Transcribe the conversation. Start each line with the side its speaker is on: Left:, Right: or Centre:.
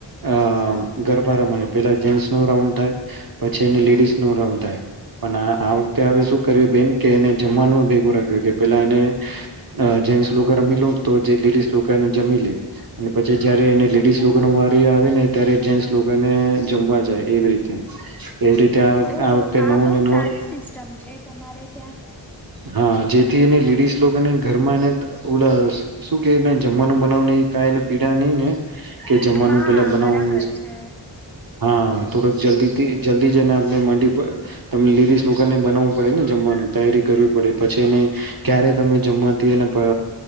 Right: અ ગરબા રમાણે પેલા જેન્ટ્સનો રાઉન્ડ થાય પછી હેને લેડીસનો રાઉન્ડ થાય પણ આ વખતે હેને શું કર્યું બેન કે એને જમવાનું ભેગું રાયખુ કે પેલા હેને જેન્ટ્સ લોકો રમી લો તો જે લેડીસ લોકો હેને જમી લે અને પછી જયારે એને લેડીસ લોકોનો વારી આવે ને ત્યારે જેન્ટ્સ લોકોને જમવા જાય એવી રીતે એવી રીતે આ
Centre: ઓહો
Right: વખતે
Centre: આ
Right: નવું
Centre: બહુ
Right: ને નવું
Centre: સારી સિસ્ટમ છે તમારે. ત્યાં
Right: હા. જેથી એને લેડીઝ લોકોને ઘરમાં એને ઓલસ શું કેયને જમવાનું બનાવની કાઈ એને પીડા નઈ ને કે જમવાનું
Centre: હા
Right: પેલા બનાવું
Centre: બરાબર છે
Right: હા થોડાક જલ્દીથી જલ્દી જઈને આપને મંડી પર તમે લીડીસ લોકોને બનાવું હૈ ને જમવાનું તૈયારી કર્યું પડે પછી એને ક્યારે તમે જમવાથી એને અ